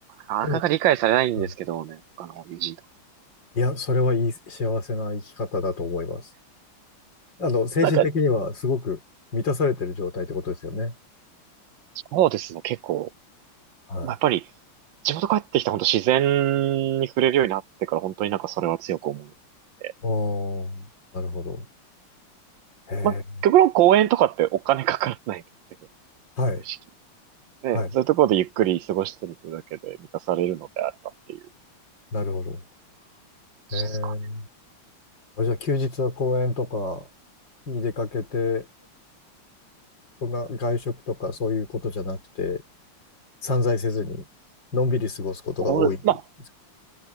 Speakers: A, on the right; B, on the left.
A: ー、
B: でも
A: なかなか理解されないんですけどね、
B: うん。
A: 他の友人とか。
B: いや、それはいい幸せな生き方だと思います。あの、精神的にはすごく満たされてる状態ってことですよね。
A: なんか、そうですね、結構。
B: はい。
A: まあやっぱり、地元帰ってきた本当自然に触れるようになってから本当になんかそれは強く思うので。
B: おー、なるほど。へえ、
A: まあ、極論公園とかってお金かからないので、
B: はい、
A: 正直。
B: はい、
A: ね、そういうところでゆっくり過ごしたりするだけで満たされるのであればっていう感
B: なるほど。
A: じですかね。
B: へえ、あじゃあ休日は公園とかに出かけて、そんな外食とかそういうことじゃなくて、散財せずに、のんびり過ごすことが多いですか
A: ほんまあ、